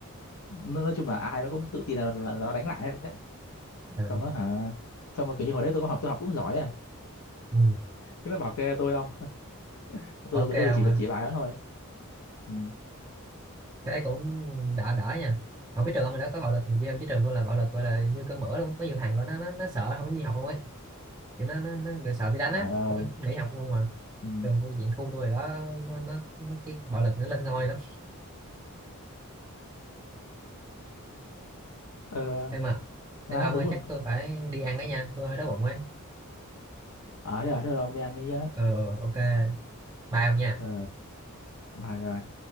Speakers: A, on the left; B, on the right.
A: Nó- nói chung là ai nó cũng tự tin là, là, là nó đánh lại hết đấy
B: Ờ,
A: xong nó hả xong mà kiểu như hồi đấy tôi có học tôi học cũng giỏi à
B: ừ.
A: cứ nó bảo kê tôi không <laughs>
B: bảo
A: tôi
B: kê
A: tôi
B: ông
A: chỉ
B: hả
A: việc chỉ bài đó thôi ừ.
B: thế cũng đỡ đỡ nha không biết trường ông hồi đó có bạo lực gì không chứ trường tôi là bạo lực gọi là như cơm bữa luôn có nhiều thằng của nó nó, nó sợ không dám đi học luôn ấy kiểu nó nó, nó kiểu sợ bị đánh
A: trời
B: á
A: ơi
B: không dám nghỉ học luôn mà
A: ừ.
B: trường tôi diện khu tôi rồi đó nó, nó mấy cái bạo lực nó lên ngôi lắm
A: ờ
B: em à
A: má
B: em à, ông
A: đúng
B: ơi
A: buồn
B: chắc tôi phải đi ăn ấy nha tôi hơi đói bụng ấy
A: ở đây ở đây rồi đi ăn đi nhá
B: ờ ờ, ok bye ông nha
A: ờ bye bye